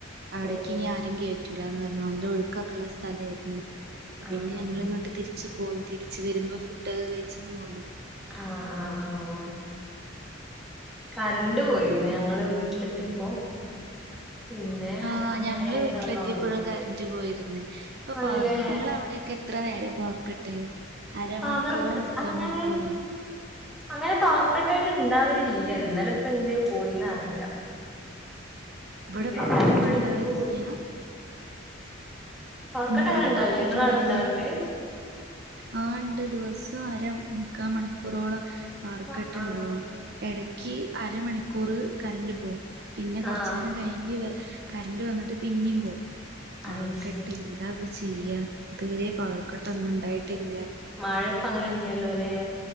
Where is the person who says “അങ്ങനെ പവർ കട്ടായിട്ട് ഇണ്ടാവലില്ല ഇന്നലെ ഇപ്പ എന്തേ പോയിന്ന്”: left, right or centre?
Centre